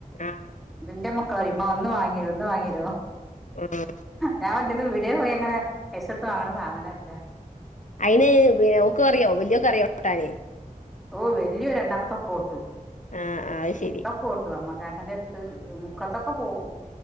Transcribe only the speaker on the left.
ആഹ്
ഉം
അയിന് പിന്ന ഓക്ക്‌ അറിയോ വല്ല്യോക്ക്‌ അറിയോ ട്ടാന്
ആഹ് ആഹ് അത് ശരി